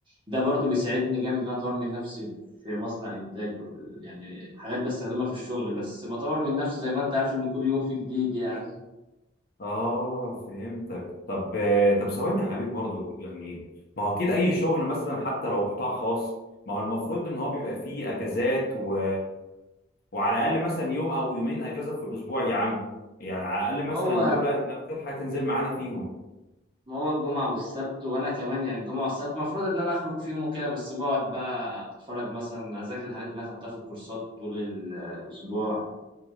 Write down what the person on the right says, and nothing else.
ده برضو بيساعدني جامد ان انا اطور من نفسي في مصنع الانتاج وال- يعني حاجات بستخدمها في الشغل بس بطور من نفسي زي ما انت عارف ان كل يوم في جديد يعني
ما
هو
ما هو الجمعة والسبت وانا كمان يعني الجمعة والسبت المفروض ان انا اخرج فيهم وكده بس بقعد بقى اتفرج مثلا اذاكر الحاجات اللي انا خدتها في الكورسات طول ال- الاسبوع